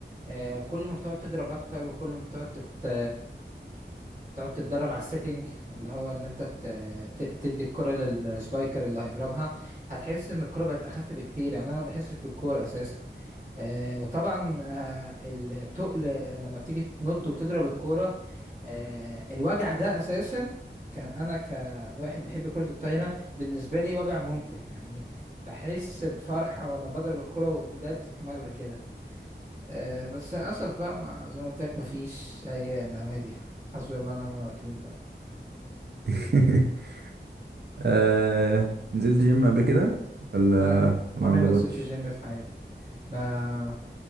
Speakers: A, on the right (about 40°); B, on the right (about 60°).
A: آه، كل ما بتقعد تضرب اكتر وكل ما بتقعد تت... تقعد تتدرب على السيتنج اللي هو اللي انت ت- ت- تدي الكرة للسبايكر اللي هيضربها هتحس ان الكرة بقت اخف بكتير يعني انا ما بحسش بالكرة اساسا آه وطبعا آه التقل لما بتيجي تنط وتضرب الكرة آه الوجع ده اساسا ك- انا كواحد بيحب كرة الطايرة بالنسبة لي وجع ممتع يعني بحس بفرحة وانا بضرب الكرة وايدي بتحمر كده آه بس للاسف بقى ما زي ما قلت لك مفيش اي نوادي حسبي الله ونعم الوكيل بقى
B: <laughs> آه... نزلت جيم قبل كده ولا
A: لا
B: ولا
A: عمري
B: ما جربتش
A: ما نزلت الجيم في حياتي ما